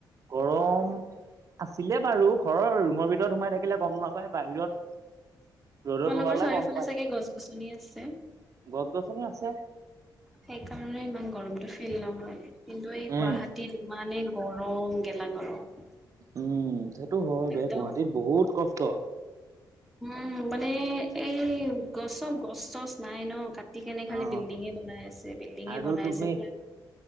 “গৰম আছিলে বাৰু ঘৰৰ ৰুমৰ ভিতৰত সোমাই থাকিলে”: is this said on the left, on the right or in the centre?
Right